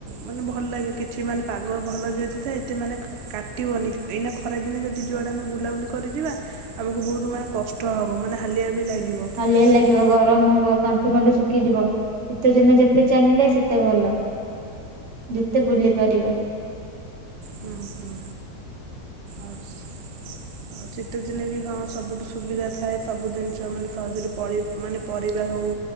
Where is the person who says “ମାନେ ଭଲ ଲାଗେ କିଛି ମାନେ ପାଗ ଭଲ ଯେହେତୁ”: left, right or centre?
Right